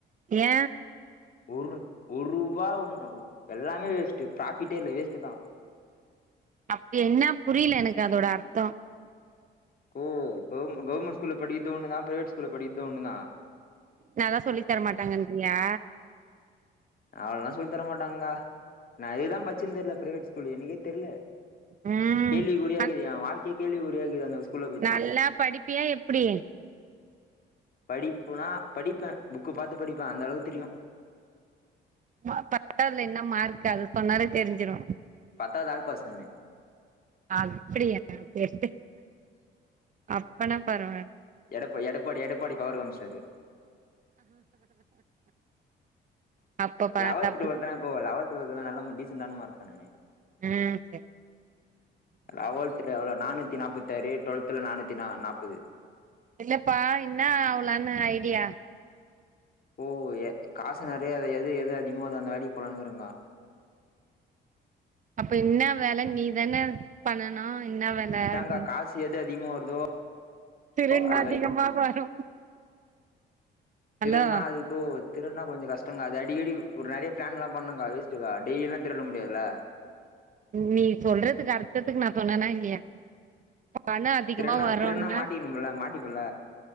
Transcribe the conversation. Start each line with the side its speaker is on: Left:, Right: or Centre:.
Right: ஏ
Left: ஒரு ஒரு ரூபாய் ஒ எல்லாமே வேஸ்ட்ட் ப்ராஃபிட்டே இல்ல வேஸ்ட்டு தா
Right: அப்டி என்ன புரில எனக்கு அதோட அர்த்தோ
Left: க்கோ கவர் கவர்மெண்ட் ஸ்கூல்ல படிக்கிறது ஒன்னு தா பிரைவேட் ஸ்கூல்ல படிக்கிறது ஒன்னு தா
Right: நல்லா சொல்லி தரமாட்டாங்கன்றியா
Left: அவ்ளல்லா சொல்லி தரமாட்டாங்க்கா நா எதுக்குதா படிச்சேன்னே தெரில பிரைவேட் ஸ்கூல் எனக்கே தெரில
Right: ம்
Left: கேள்வி குரியா
Right: அத
Left: இக்குது ஏ வாழ்க்கையே கேள்வி குரியா இக்குது அந்த ஸ்கூல்ல பச்சி
Right: நல்லா படிப்பியா எப்டி
Left: படிப்புனா படிப்பே புக்கு பாத்து படிப்பே அந்த அளவுக்கு தெரியு
Right: பத்தாவதுல என்ன மார்க்கு அது சொன்னாலே தெரிஞ்சிரு
Left: பத்தாவது ஆல் பாஸ் நானு
Right: அப்டியா செர் செரி அப்பனா பரவால்ல
Left: எடப் எடப்பாடி எடப்பாடி பவுரு காமிச்சுட்டாரு
Right: அப்ப பாத்தா
Left: லெவல்டூ டூவெல்த்துல தானே போவ லெவல்து டூவெல்த்துலலா நல்ல டீசண்டான மார்க் கா நானு
Right: ம்
Left: லெவல்த்ல எவ்ளோ நானூத்தி நாப்பத்தாறு டூவெல்த்ல நானூத்தி நா நாப்பது
Right: இல்லப்பா என்னா ஆவுளான்னு ஐடியா
Left: ஓ எ காசு நெறையா எது எது அதிகமா வருதோ அந்த வேலைக்கு போலானு இருக்குறேக்கா
Right: அப்ப இன்னா வேல நீதானே பண்ணனு இன்ன வேல
Left: அத்தாக்கா
Right: அப்டின்னு
Left: காசு எது அதிகமா வருதோ
Right: திருட்னா
Left: அது
Right: அதிகமா
Left: வேலைக்
Right: வரு
Left: திருட்னா
Right: ஹலோ
Left: அது க்கோ திருடுனா கொஞ்சோ கஷ்டோ கா அது அடிக்கடி ஒரு நெறைய ப்ளான்ல்லா பண்ணுக்கா வேஸ்டுக்கா டெய்லில்லா திருட முடியாதுல
Right: நீ சொல்றதுக்கு அர்த்தத்துக்கு நா சொன்னேனா இல்லியா பணோ அதிகமா
Left: திருட்னா
Right: வருன்னா
Left: திருட்னா மாட்டிக்கணும்ல மாட்டிப்பல்ல